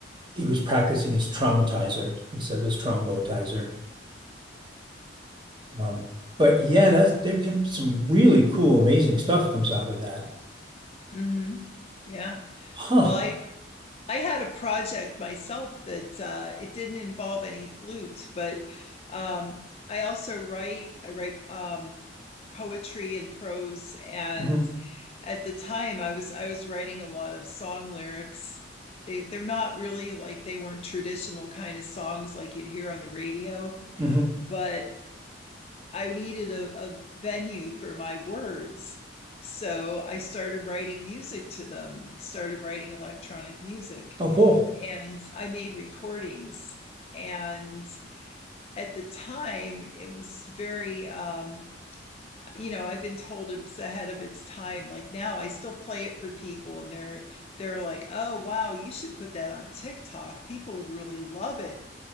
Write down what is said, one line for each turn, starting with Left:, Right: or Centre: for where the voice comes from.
Right: he was practicing his traumatizer instead of his trombotizer. Um, but yeah, that's there can some really cool, amazing stuff comes out of that.
Left: <laughs> mm-hmm. yeah
Right: Huh.
Left: well i I had a project myself that uh, it didn't involve any flute, but um, I also write. I write um, poetry and prose, and
Right: hmm
Left: at the time I was I was writing a lot of song lyrics. They they're not really like they weren't traditional kind of songs like you'd hear on the radio,
Right: hmm
Left: but I needed a, a venue for my words. So I started writing music to them. I started writing electronic music
Right: Oh, cool.
Left: and I made recordings. And at the time, it was very um, you know i've been told it was ahead of its time like now i still play it for people and they're they're like oh wow you should put that on tiktok people would really love it